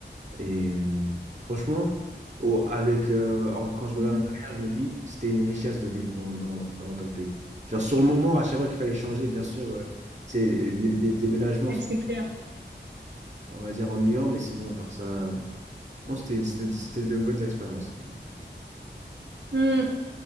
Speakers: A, on the right (about 40°); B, on the right (about 65°).
A: Et euh, franchement, au- avec, euh, en- quand je regarde
B: Mhm.
A: en arrière, je me dis, c'était une richesse de vivre dans, dans, dans autant de pays. Genre, sur le moment, à chaque fois qu'il fallait changer, bien sûr, euh, c'est, les, les déménagements
B: Ouais,
A: sont,
B: c'est clair.
A: on va dire, ennuyants, mais sinon, à part ça, euh, non, c'était, c'était, c'était de bonnes expériences.
B: Hmm.